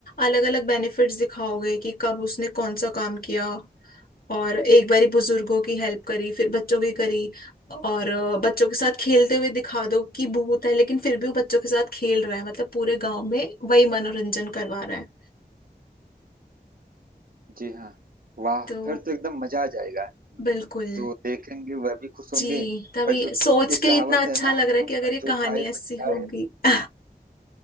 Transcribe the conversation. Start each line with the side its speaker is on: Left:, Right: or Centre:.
Left: अलग अलग बेनिफिट्स दिखाओगे कि कब उसने कौन सा काम किया और एक बारी बुजुर्गों की हेल्प करी फिर बच्चों की करी और अ, बच्चों के साथ खेलते हुए दिखा दो कि भूत है लेकिन फिर भी वो बच्चों के साथ खेल रहा है मतलब पूरे गांव में वही मनोरंजन करवा रहा है
Right: जी हाँ वाह
Left: तो
Right: फिर तो एकदम मजा आ जाएगा
Left: बिल्कुल
Right: जो देखेंगे वह भी खुश होंगे
Left: जी तभी
Right: और जो
Left: सोच
Right: एक
Left: के
Right: कहावत
Left: इतना अच्छा
Right: है ना
Left: लग
Right: जो
Left: रहा है कि अगर ये
Right: जो
Left: कहानी
Right: खाए
Left: ऐसी
Right: पछताए
Left: होगी <laughs>